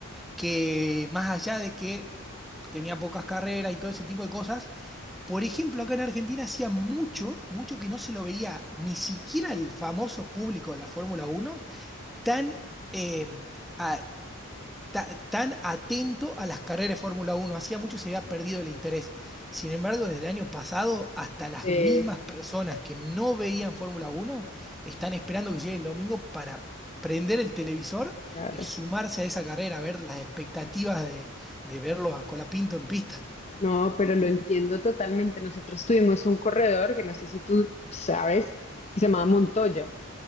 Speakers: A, in the centre; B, on the left.
A: Que más allá de que tenía pocas carreras y todo ese tipo de cosas, por ejemplo, acá en Argentina hacía mucho, mucho que no se lo veía ni siquiera el famoso público de la Fórmula Uno tan, eh, a- ta- tan atento a las carreras de Fórmula Uno Hacía mucho se había perdido el interés. Sin embargo, desde el año pasado, hasta las
B: Eh,
A: mismas personas que no veían Fórmula Uno están esperando que llegue el domingo para prender el televisor
B: claro.
A: y sumarse a esa carrera, a ver las expectativas de, de verlo a Colapinto en pista.
B: No, pero lo entiendo totalmente. Nosotros tuvimos un corredor, que no sé si tú sabes, que se llamaba Montoya.